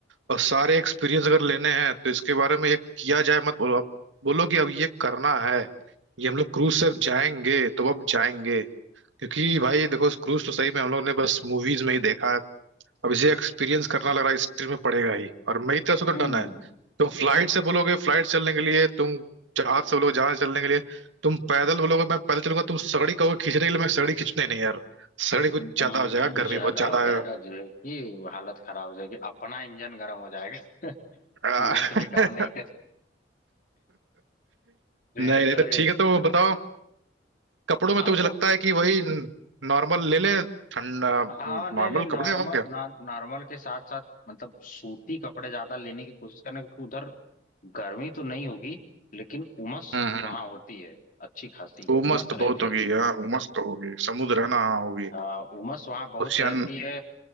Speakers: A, on the right; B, on the left.
A: और सारे एक्सपीरियंस अगर लेने हैं तो इसके बारे में ये किया जाए मत बोलो आप बोलो कि अब ये करना है ये हम लोग क्रूज से अब जाएंगे तो अब जाएंगे क्योंकि भाई देखो इस क्रूज तो सही में हम लोग ने बस मूवीज में ही देखा है अब इसे एक्सपीरियंस करना लग रहा है हिस्ट्री में पड़ेगा ही और मेरी तरफ
B: हम्म,
A: से तो डन है तुम फ्लाइट से बोलोगे फ्लाइट चलने के लिए तुम जहाज से बोलोगे जहाज चलने के लिए तुम पैदल बोलोगे मैं पैदल चलूंगा तुम सगड़ी कहोगे खींचने के लिए मैं सगड़ी खींचने नहीं यार सगड़ी कुछ
B: नहीं
A: ज्यादा हो
B: नहीं
A: जाएगा गर्मी
B: ज्यादा
A: बहुत ज्यादा
B: हो जाएगा
A: है
B: जो है कि हालत खराब हो जाएगी अपना इंजन गर्म हो जाएगा <laughs>
A: आ,
B: कूलेंट भी काम
A: <laughs>
B: नहीं ये
A: नहीं नहीं
B: तो
A: तो
B: ये,
A: ठीक है तो बताओ कपड़ों में
B: हाँ
A: तो मुझे
B: तो
A: लगता है कि वही नॉर्मल ले लें ठंडा
B: हाँ
A: नॉर्मल
B: नहीं नहीं नॉर्मल
A: कपड़े और क्या
B: नॉर्मल के साथ साथ मतलब सूती कपड़े ज्यादा लेने की कोशिश करना क्योंकि उधर गर्मी तो नहीं होगी लेकिन उमस
A: हम्म हम्म।
B: वहाँ होती है अच्छी खासी
A: उमस
B: उमस
A: तो
B: रहती
A: बहुत होगी
B: है
A: हाँ उमस तो होगी समुद्र है ना हाँ, होगी
B: आ, उमस वहाँ बहुत
A: ओशियन
B: रहती है